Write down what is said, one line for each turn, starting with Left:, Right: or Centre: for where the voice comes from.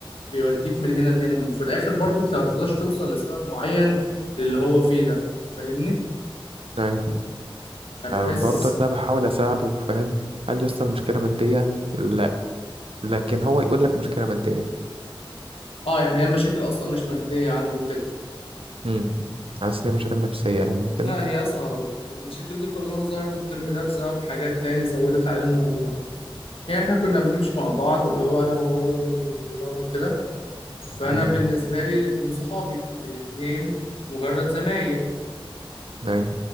Left: بيوديك من هنا لهنا في الاخر برضو انت ما تقدرش توصل لسبب معين للي هو فيه ده فاهمني
Right: ايوه
Left: هتحس
Right: برضه انا بحاول اساعده فاهم قال لي يا اسطى مشكلة مادية لا لكن هو يقول لك مشكلة مادية
Left: اه يعني هي المشاكل اصلا مش مادية عنده كده
Right: امم حاسس ان هي مشاكل نفسية يعني وكده
Left: لا هي اصلا هقول لك المشاكل دي كلها ظهرت الترم ده بسبب حاجات تاني زودت عليه الموضوع يعني احنا كنا بنمشي مع بعض اللي هو انا وهو والورانا وكده فانا
Right: امم
Left: بالنسبه لي الاتنين صحابي الاتنين مجرد زمايل
Right: أيوة